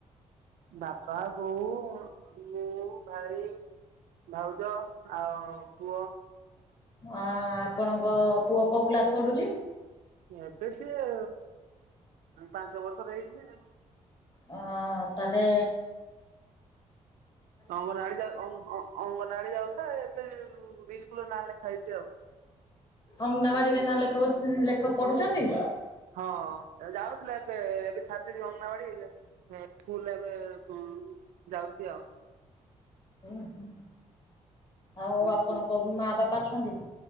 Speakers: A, on the right; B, on the left.
A: ବାପା ବୋଉ ମୁଁ ଭାଇ। ଭାଉଜ ଆଉ ପୁଅ।
B: ଅ ଆପଣଙ୍କ ପୁଅ କୋଉ କ୍ଳାସ ପଢୁଚି?
A: ଏବେ ସିଏ ପାଞ୍ଚ ବର୍ଷର ହେଇଚି।
B: ହ ତାହାଲେ।
A: ଅଙ୍ଗନବାଡି ଯାଉ ଅଙ୍ଗ-ଅଙ୍ଗ-ଅ-ଅଙ୍ଗନବାଡି ଯାଉଥିଲା ଏବେ ବି ସ୍କୁଲ ରେ ନାଁ ଲେଖା ହେଇଚି ଆଉ।
B: ଅଙ୍ଗନାବାଡିରେ ନା ଲେଖଉ ଲେଖ୍ ପଢୁଚନ୍ତି?
A: ହଁ ଯାଉଥିଲା ଏବେ ଏବେ ଛାଡିଦେଇଛି ଅଙ୍ଗନାବାଡି। ସ୍କୁଲ ରେ ଏବେ ହୁଁ ଯାଉଚି ଆଉ।
B: ଉଁ ହୁଁ ଆଉ ଆପଣଙ୍କ
A: ସ୍କୁଲ
B: ମା ବାପା ଅଛନ୍ତି?